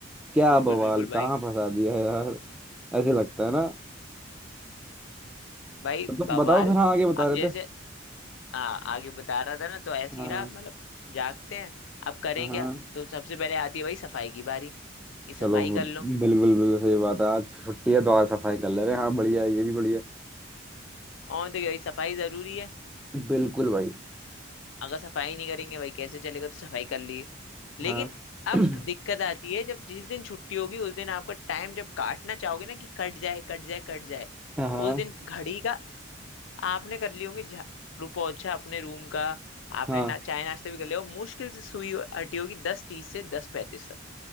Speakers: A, in the centre; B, on the left.
A: क्या
B: बिल्कुल
A: बवाल
B: बिल्कुल भाई
A: कहाँ फंसा दिया यार ऐसे लगता है ना
B: भाई
A: तो तुम
B: बवाल
A: बताओ फिर हाँ आगे बता
B: अब
A: रहे
B: जैसे
A: थे
B: आ, आगे बता रहा था ना तो ऐसे
A: हाँ
B: ही रहा मतलब जागते हैं अब करें
A: हाँ
B: क्या तो सबसे पहले आती है भाई सफाई की बारी कि सफाई
A: चलो वो-
B: कर लो
A: बिल्कुल बिल्कुल सही बात है आज छुट्टी है तो आज सफाई कर ले रहे हैं हाँ बढ़िया है, ये भी बढ़िया
B: और तो भाई सफाई जरूरी है
A: है। बिल्कुल भाई
B: अगर सफाई नहीं करेंगे भाई कैसे चलेगा तो सफाई कर लिए लेकिन
A: हाँ <clears throat>
B: अब दिक्कत आती है जब जिस दिन छुट्टी होगी उस दिन आपका टाइम जब काटना चाहोगे ना कि कट जाए कट जाए कट जाए
A: हाँ
B: उस दिन घड़ी का आपने कर लिए होंगे झा- रुपौछा अपने रूम का आपने
A: हाँ
B: ना चाय नाश्ते भी कर लिया हो मुश्किल से सुई हटी होगी दस तीस से दस पैंतीस तक